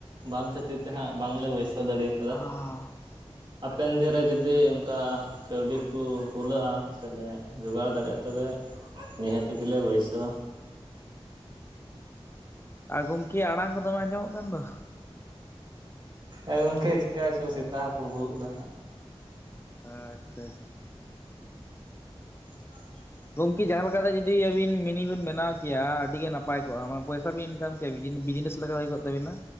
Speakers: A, on the right (about 45°); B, on the left (about 20°).
A: ᱵᱟᱝ ᱠᱷᱟᱹᱛᱤᱨ ᱛᱮ ᱦᱟᱸᱜ ᱵᱟᱝᱞᱮ ᱵᱟᱹᱭᱥᱟᱹᱣ ᱫᱟᱹᱲᱤᱣ <unintelligible>
B: <unintelligible>
A: ᱦᱟᱯᱮᱱ ᱫᱤᱱ ᱨᱮ ᱡᱩᱫᱤ ᱚᱝᱠᱟ ᱠᱟᱹᱣᱰᱤ ᱠᱚ ᱠᱩᱞᱟᱹᱜᱼᱟ ᱥᱮᱞᱮ ᱡᱚᱜᱟᱲ ᱫᱟᱲᱮᱜᱼᱟ ᱛᱚᱵᱮ ᱱᱤᱦᱟᱹᱛᱤ ᱜᱮᱞᱮ ᱵᱟᱹᱭᱥᱟᱹᱣᱟ᱾
B: ᱜᱚᱝᱠᱮ ᱟᱲᱟᱝ ᱠᱚ ᱫᱚᱢᱮ ᱟᱸᱡᱚᱢᱚᱜ ᱠᱟᱱ ᱫᱚ?
A: ᱮ ᱜᱚᱝᱠᱮ ᱪᱮᱠᱟᱪᱚ ᱥᱮᱛᱟ ᱦᱚᱠᱩ ᱵᱷᱩᱜ ᱫᱟ ᱦᱟᱸᱜ
B: ᱟᱪᱷᱟ ᱟᱪᱷᱟ
A: <unintelligible>
B: ᱜᱚᱝᱠᱮ ᱡᱟᱦᱟᱸ ᱞᱮᱠᱟᱛᱮ ᱡᱩᱫᱤ ᱟᱹᱵᱤᱱ ᱢᱤᱱᱤ ᱵᱤᱱ ᱵᱮᱱᱟᱣ ᱠᱮᱭᱟ ᱟᱹᱰᱤ ᱜᱮ ᱱᱟᱯ ᱱᱟᱯᱟᱭ ᱠᱚᱜᱼᱟ ᱟᱢ ᱯᱚᱭᱥᱟ ᱵᱤᱱ ᱤᱱᱠᱟᱢ ᱠᱮᱜᱼᱟ ᱵᱤᱡᱽᱱᱤ ᱵᱤᱡᱽᱱᱤᱥ ᱞᱟᱜᱟᱣ ᱦᱩᱭ ᱠᱚᱜ ᱛᱟᱵᱤᱱᱟ